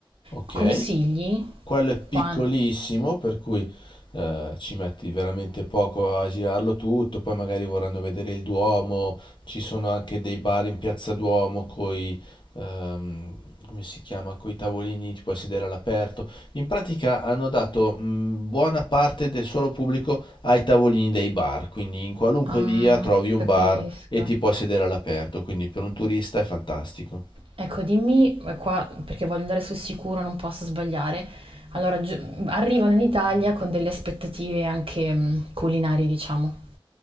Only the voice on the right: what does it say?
Consigli?
Quan...
Ah,
capisco.
Ecco, dimmi eh, qua, perché voglio andare sul sicuro, non posso sbagliare. Allora, giu- arrivano in Italia con delle aspettative anche mm, culinarie, diciamo.